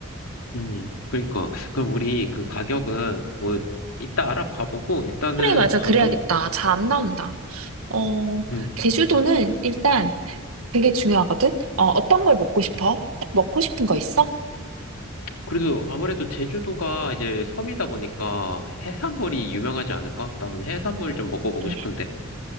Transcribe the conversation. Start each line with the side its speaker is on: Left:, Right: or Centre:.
Left: 음, 그러니까. 그럼 우리 그 가격은 뭐, 이따 알아봐보고, 일단은
Right: 그래, 맞아.
Left: 관광?
Right: 그래야겠다. 잘 안 나온다. 어,
Left: 음.
Right: 제주도는 일단 그게 중요하거든? 어, 어떤 걸 먹고 싶어? 딱 먹고 싶은 거 있어?
Left: 그래도 아무래도 제주도가 이제 섬이다 보니까 해산물이 유명하지 않을까? 나는 해산물 좀 먹어보고
Right: 네.
Left: 싶은데.